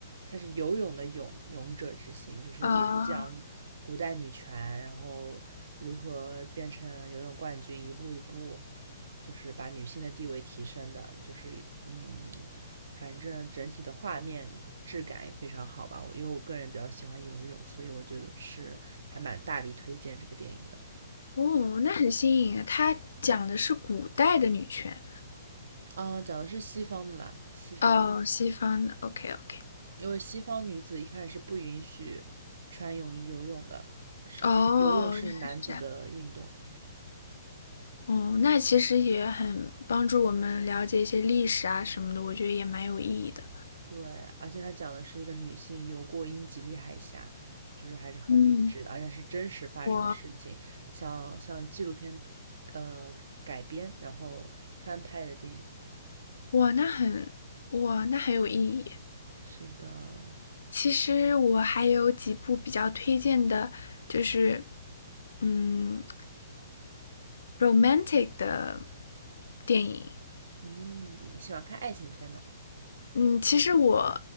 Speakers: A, on the right; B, on the left.
A: 它是游泳的泳，勇者之心，就是也是讲古代女权，
B: 啊、
A: 然后如何变成游泳冠军，一步一步，就是把女性的地位提升的，就是嗯，反正整体的画面质感也非常好吧。我因为我个人比较喜欢游泳，所以我就是还蛮大力推荐这个电影的。
B: 哦，
A: 对，
B: 那很新颖啊！它讲的是古代的女权，
A: 嗯，讲的是西方的啦，西方的，
B: 哦，西方的。OK OK。
A: 因为西方女子一开始是不允许穿泳衣游泳的，是游泳是男子的运动，
B: 哦，原来是这样。哦，那其实也很帮助我们了解一些历史啊什么的，我觉得也蛮有意义的。
A: 对，而且他讲的是一个女性游过英吉利海峡，就是还是很理智的，
B: 嗯，
A: 而且是真实发生的事情，
B: 我
A: 像像纪录片，呃，改编然后翻拍的电影。
B: 哇，那很哇，那很有意义。
A: 是的，
B: 其实我还有几部比较推荐的，就是嗯，romantic 的电影。
A: 嗯，你喜欢看爱情片呢？
B: 嗯，其实我